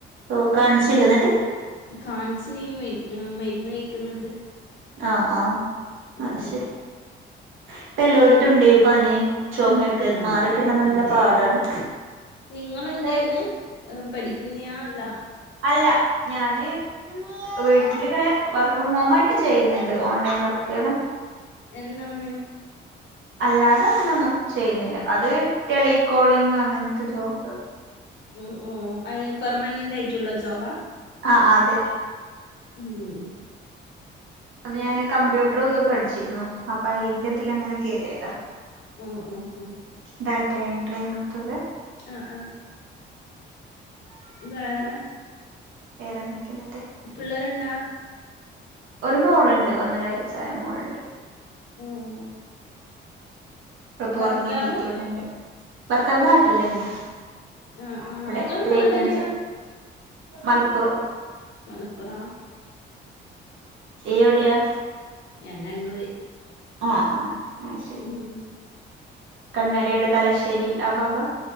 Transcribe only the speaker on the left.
കാണിച്ചിനി മരുന്ന് കഴിക്കുന്നുണ്ട്
ഉം
ഉം.
അതെ
അതേ
ഉള്ളു നിങ്ങളെന്ത്
ചെയ്യുന്ന് ആഹ് പഠിക്കുന്നയാ അല്ല
എന്നാന്ന്
ഉം ഉം അത് പെർമനന്റ് ആയിട്ടുള്ള ജോബാ
ഉം
ഉം.
ഉം ഉം ഉം
ആ ആ വേറെ
പിള്ളാരെന്നാ
ഉം
ഭർത്താവ്
ആഹ് ആഹ്
ഇങ്ങടെ
നാടെവിടെയാ
മലപ്പുറവാ
ഞാൻ കണ്ണൂര്
ഉം